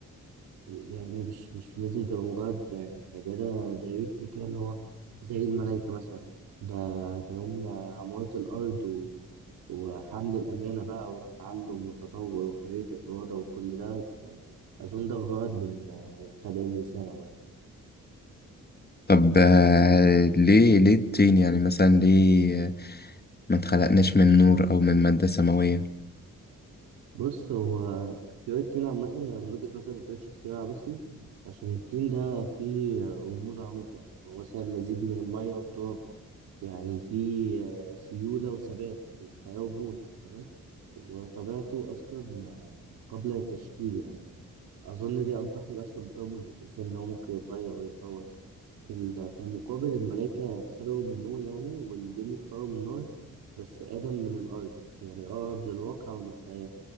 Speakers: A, on the right; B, on the left.
A: يعني مش مش لازم تبقى مجرد عبادة دايركتلي كده اللي هو زي الملائكة مثلا لأ ده كمان عمارة الأرض و... وحمل الأمانة بقى والتعلم والتطور وحرية الإرادة وكل ده يعني أظن ده غرض من من خلق الإنسان عامة
B: طب آه، ليه ليه الطين يعني مثلا ليه آه، ما اتخلقناش من نور او من مادة سماوية
A: بص هو اختيار التين عامة أنا من وجهة نظري مكانش اختيار عبثي عشان التين ده فيه رموز عميقة يعني هو مثلا مزيج من المية والتراب يعني في آه، سيولة وثبات يعني حياة وموت تمام وطبيعته أصلا آه، قبل التشكيل يعني أظن دي أكبر حاجة أصلا بترمز للإنسان إن هو ممكن يتغير ويتطور في ال- في المقابل الملائكة اتخلقوا من نور يعني والجن اتخلقوا من نار بس آدم من الأرض يعني أقرب للواقع وللحياة